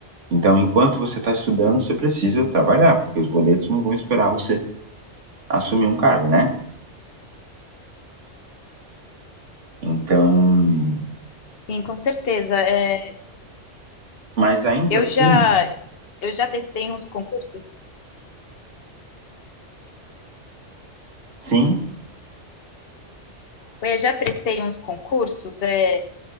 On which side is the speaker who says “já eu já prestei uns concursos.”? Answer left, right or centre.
Left